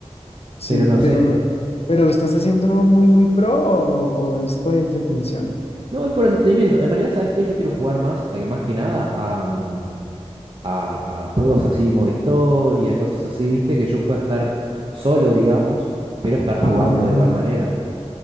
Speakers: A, on the left; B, on the right.
A: Sí,
B: pero no sé.
A: pero, pero ¿lo estás haciendo muy, muy pro o, o es por entretención?
B: No, es por entretenimiento En realidad, ¿sabes qué? Yo quiero jugar más, eh, más que nada, a, mm, a, a juegos así, modo historia, cosas así, ¿viste? Que yo pueda estar solo, digamos, pero estar
A: Ah.
B: jugando de igual manera.